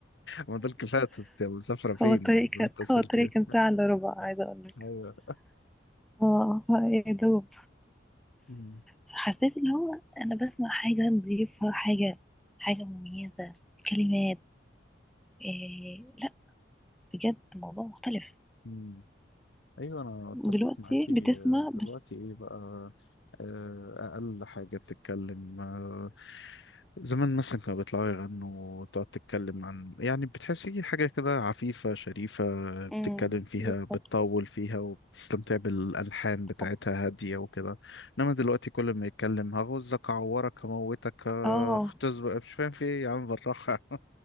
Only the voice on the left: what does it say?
ما دول كفاية تت- مسافرة فين
الزمالك
وصلت
إيه؟
ايوه
مم.
مم. ايوه انا اتفق
معاكي
آه، دلوقتي
ايه بقى آه، اقل حاجه بتتكلم آه، زمان مثلا كانوا بيطلعوا يغنوا وتقعد تتكلم عن يعني بتحسي حاجه كده عفيفه شريفه بتتكلم
فيها
بتطول فيها وبتستمتع بالالحان بتاعتها
هاديه وكده انما دلوقتي كل ما يتكلم هغزك اعورك هموتك
اختزبق مش فاهم في ايه يا عم بالراحه